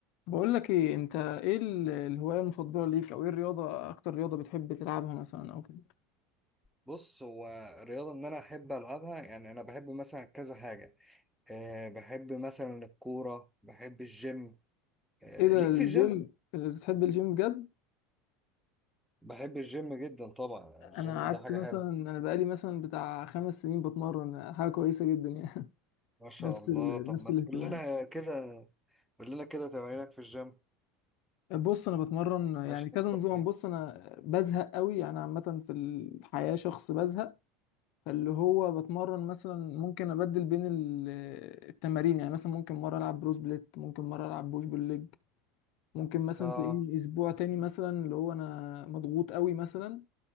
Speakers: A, on the left; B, in the centre.
A: بقول لك ايه انت ايه ال- الهواية المفضلة ليك او ايه الرياضة اكتر رياضة بتحب تلعبها مثلا او كده
B: بص هو الرياضة إن أنا أحب ألعبها يعني أنا بحب مثلا كذا حاجة أه بحب مثلا الكورة بحب الجيم أه
A: ايه ده
B: ليك
A: الجيم
B: في الجيم؟
A: بتحب الجيم بجد
B: بحب الجيم جدا طبعا
A: انا
B: الجيم
A: قعدت
B: ده حاجة
A: مثلا
B: حلوة
A: انا بقالي مثلا بتاع خمس سنين بتمرن حاجة كويسة جدا يعني <laughs>
B: ما شاء
A: نفس
B: الله
A: ال...
B: طب
A: نفس
B: ما
A: الاهتمام
B: تقول لنا <laughs> كده قول لنا كده تمارينك في الجيم
A: بص انا بتمرن يعني
B: ماشي
A: كذا نظام
B: طب إيه؟
A: بص انا بزهق قوي انا عامة في الحياة شخص بزهق فاللي هو بتمرن مثلا ممكن ابدل بين ال- التمارين يعني مثلا ممكن مرة العب بروس بليت ممكن مرة العب بوش بالليج ممكن مثلا
B: آه
A: تلاقيني اسبوع تاني مثلا اللي هو انا مضغوط قوي مثلا